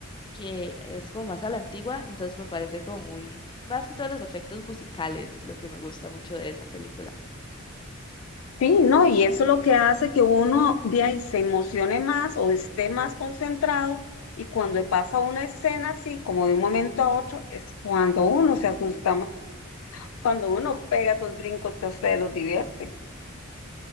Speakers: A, on the left (about 20°); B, on the left (about 80°).
A: que es como más a la antigua, entonces me parece como muy, más que todos los efectos musicales, lo que me gusta mucho de esa película.
B: Sí, no, y eso es lo que hace que uno de ahí se emocione más o esté más concentrado, y cuando pasa una escena así, como de un momento a otro, es cuando uno se asusta más, cuando uno pega esos brincos que a ustedes los divierte.